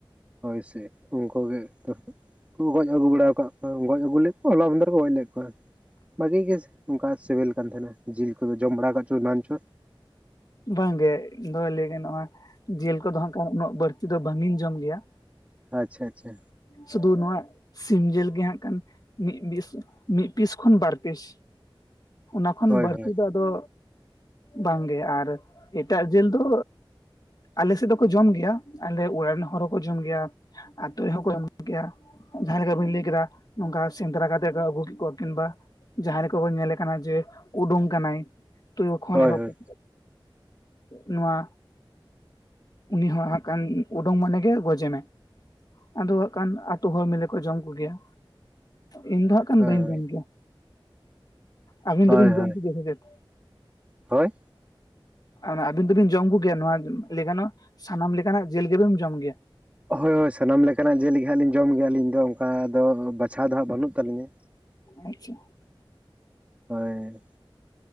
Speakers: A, on the right (about 15°); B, on the left (about 45°).
A: ᱦᱳᱭ ᱥᱮ ᱩᱱᱠᱩ ᱜᱮ ᱛᱚᱨᱦᱚᱫ ᱩᱝᱠᱚ ᱜᱚᱡ ᱟᱹᱜᱩ ᱵᱟᱲᱟ ᱟᱠᱟᱫ ᱠᱚᱣᱟ ᱜᱚᱡ ᱟᱹᱜᱩ ᱞᱮᱫ ᱠᱚᱣᱟ ᱦᱚᱞᱟ ᱢᱟᱸᱫᱷᱮ ᱠᱚ ᱜᱚᱡ ᱞᱮᱫ ᱠᱚᱣᱟ᱾ ᱵᱷᱟᱜᱤ ᱜᱮ ᱚᱱᱠᱟ ᱥᱤᱵᱮᱞ ᱠᱟᱱ ᱛᱟᱦᱮᱱᱟ ᱡᱤᱞ ᱠᱚᱫᱚ ᱡᱚᱢ ᱵᱟᱲᱟ ᱟᱠᱟᱫ ᱪᱚ ᱵᱟᱝ ᱪᱚ?
B: ᱵᱟᱝᱜᱮ ᱤᱧ ᱫᱚ ᱞᱟᱹᱭ ᱜᱚᱜᱼᱟ ᱡᱮᱞ ᱠᱚᱫᱚ ᱦᱟᱱᱟᱜ ᱩᱱᱟᱹᱜ ᱵᱟᱹᱲᱛᱤ ᱫᱚ ᱵᱟᱝ ᱤᱧ ᱡᱚᱢ ᱜᱮᱭᱟ᱾
A: ᱟᱪᱪᱷᱟ ᱟᱪᱪᱷᱟ᱾
B: ᱥᱩᱫᱷᱩ ᱱᱚᱣᱟ ᱥᱤᱢ ᱡᱤᱞ ᱜᱮ ᱦᱟᱜ ᱠᱟᱱ ᱢᱤᱫᱤᱥ ᱢᱤᱫ ᱯᱤᱥ ᱠᱷᱚᱱ ᱵᱟᱨ ᱯᱤᱥ ᱚᱱᱟ ᱠᱷᱚᱱ
A: ᱦᱳᱭ
B: ᱵᱟᱹᱲᱛᱤ
A: ᱦᱳᱭ
B: ᱫᱚ ᱟᱫᱚ ᱵᱟᱝᱜᱮ ᱟᱨ᱾ ᱮᱴᱟᱜ ᱡᱮᱞ ᱫᱚ᱾ ᱟᱞᱮ ᱥᱮᱫ ᱫᱚᱠᱚ ᱡᱚᱢ ᱜᱮᱭᱟ ᱟᱞᱮ ᱚᱲᱟᱜ ᱨᱮᱱ ᱦᱚᱲ ᱦᱚᱸᱠᱚ ᱡᱚᱢ ᱜᱮᱭᱟ ᱟ ᱟᱹᱛᱩ ᱨᱮᱦᱚᱸ ᱠᱚ ᱮᱢᱚᱜ ᱜᱮᱭᱟ᱾ ᱡᱟᱦᱟᱸ ᱞᱮᱠᱟ ᱵᱟᱹᱧ ᱞᱟᱹᱭ ᱠᱮᱫᱟ ᱱᱚᱝᱠᱟ ᱥᱮᱸᱫᱽᱨᱟ ᱠᱟᱛᱮᱫ ᱠᱚ ᱟᱹᱜᱩ ᱠᱮᱫ ᱠᱚᱣᱟ ᱠᱤᱝᱵᱟ᱾ ᱡᱟᱦᱟᱸᱭ ᱠᱚᱵᱚᱱ ᱧᱮᱞᱮ ᱠᱟᱱᱟ ᱡᱮ ᱩᱰᱩᱝ ᱠᱟᱱᱟᱭ ᱛᱚᱣᱚ ᱠᱷᱚᱱ
A: ᱦᱳᱭ
B: ᱮᱦᱚᱵ
A: ᱦᱳᱭ
B: ᱠᱟᱛᱮ᱾ ᱱᱚᱣᱟ ᱩᱱᱤ ᱦᱚᱸ ᱦᱟᱸᱠᱟᱱ ᱩᱰᱩᱝ ᱢᱟᱱᱮᱜᱮ ᱜᱚᱡᱮ ᱢᱮ᱾ ᱟᱫᱚ ᱦᱟᱸᱜ ᱠᱷᱟᱱ ᱟᱛᱩ ᱦᱚᱲ ᱢᱤᱞᱮ ᱠᱚ ᱡᱚᱢ ᱠᱚᱜᱮᱭᱟ ᱤᱧ ᱫᱚ ᱦᱟᱸᱜ᱾ ᱠᱟᱱ
A: ᱦᱳᱭ
B: ᱵᱟᱹᱤᱱ ᱡᱚᱢ ᱠᱮᱭᱟ ᱟᱹᱵᱤᱱ
A: ᱦᱳᱭ
B: ᱫᱚᱵᱤᱱ
A: ᱦᱳᱭ
B: ᱡᱚᱢ ᱠᱮᱫᱭᱟ ᱥᱮ ᱪᱮᱫ?
A: ᱦᱳᱭ᱾
B: ᱚᱱᱟ ᱟᱵᱤᱱ ᱫᱚᱵᱤᱱ ᱡᱚᱢ ᱠᱚᱜᱮᱭᱟ ᱱᱚᱣᱟ ᱞᱮᱭ ᱜᱟᱱᱚᱜᱼᱟ ᱥᱟᱱᱟᱢ ᱞᱮᱠᱟᱱᱟᱜ ᱡᱮᱞ ᱜᱮᱵᱮᱢ ᱡᱚᱢ ᱜᱮᱭᱟ
A: ᱦᱳᱭ ᱦᱳᱭ ᱥᱟᱱᱟᱢ ᱞᱮᱠᱟᱱᱟᱜ ᱡᱮᱞ ᱦᱟᱸᱜ ᱞᱤᱧ ᱡᱚᱢ ᱜᱤᱭᱟ ᱟᱞᱤᱧ ᱫᱚ ᱚᱝᱠᱟ ᱫᱚ ᱵᱟᱪᱷᱟᱣ ᱫᱚ ᱦᱟᱸᱜ ᱵᱟᱹᱱᱩᱜ ᱛᱟᱹᱞᱤᱧᱟ᱾
B: ᱟᱪᱪᱷᱟ
A: ᱦᱳᱭ